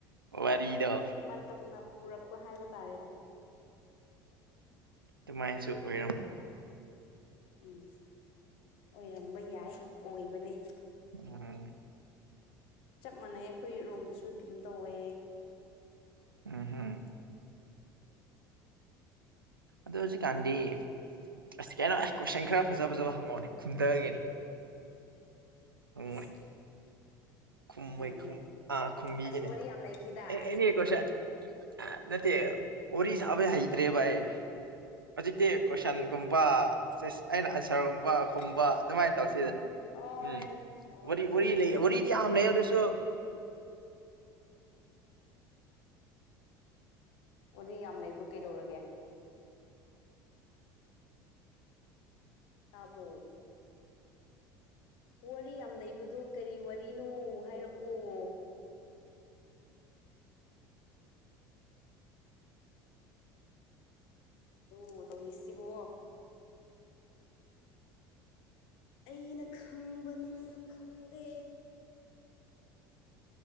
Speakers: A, on the right; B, on the left.
A: ꯋꯥꯔꯤꯗꯣ
B: ꯃꯇꯝꯅ ꯄꯨꯔꯛꯄ ꯍꯥꯏꯕ ꯇꯥꯔꯦꯗ
A: ꯑꯗꯨꯃꯥꯏꯅꯁꯨ ꯑꯣꯏꯔꯝ
B: ꯎꯝ ꯑꯣꯏꯔꯝꯕ ꯌꯥꯏ ꯑꯣꯏꯕꯅꯦ
A: ꯎꯝ
B: ꯆꯞ ꯃꯥꯟꯅꯩ ꯑꯩꯈꯣꯏ ꯔꯣꯝꯗꯁꯨ ꯑꯗꯨꯝ ꯇꯧꯋꯦ
A: ꯎꯝ ꯍꯝ ꯑꯗꯣ ꯍꯧꯖꯤꯛꯀꯥꯟꯗꯤ ꯑꯁ ꯀꯩꯅꯣ ꯑꯦ ꯀꯣꯏꯁꯟ ꯈꯔ ꯐꯖ ꯐꯖꯕ ꯍꯪꯉꯛꯅꯦ ꯈꯨꯝꯊꯒꯤꯅꯤ ꯎ
B: ꯏꯁ
A: ꯈꯨꯝꯕꯩ
B: ꯈꯨꯝꯊꯒꯦ
A: ꯑꯥ ꯈꯨꯝꯕꯤꯒꯤꯅꯦ
B: ꯑꯁ ꯋꯥꯔꯤ ꯌꯥꯝ ꯂꯩꯈꯤꯗ
A: ꯑꯦꯅꯦꯀꯣꯁꯦ ꯑ ꯅꯠꯇꯦ ꯑꯣꯔꯤꯁꯕ ꯍꯩꯇ꯭ꯔꯦ ꯚꯥꯏ ꯍꯧꯖꯤꯛꯇꯤ ꯀꯣꯏꯁꯟꯒꯨꯝꯕ ꯑꯩꯅ ꯑꯟꯁꯔꯒꯨꯝꯕ ꯈꯨꯝꯕ
B: ꯀꯣꯏꯁꯟ
A: ꯑꯗꯨꯃꯥꯏꯅ ꯇꯧꯔꯁꯤꯗꯅ
B: ꯍꯣꯏꯅꯦ
A: ꯎꯝ
B: ꯍꯣꯏꯅꯦ
A: ꯂꯩ
B: ꯍꯣꯏꯅꯦ
A: ꯋꯥꯔꯤꯗꯤ ꯌꯥꯝ
B: ꯅꯠꯇꯦ
A: ꯂꯩ ꯑꯗꯨꯁꯨ
B: ꯑꯣꯗꯤ ꯌꯥꯝ ꯂꯩꯕꯗ ꯀꯩꯗꯧꯔꯒꯦ ꯇꯥꯕ꯭ꯔꯣ ꯋꯥꯔꯤ ꯌꯥꯝ ꯂꯩꯕꯗꯣ ꯀꯔꯤ ꯋꯥꯔꯤꯅꯣ ꯍꯥꯏꯔꯛꯑꯣ ꯑꯗꯨꯣ ꯇꯧꯔꯤꯁꯤꯕꯣꯣ ꯑꯩꯅ ꯈꯪꯕ ꯅꯪꯅ ꯈꯪꯗꯦ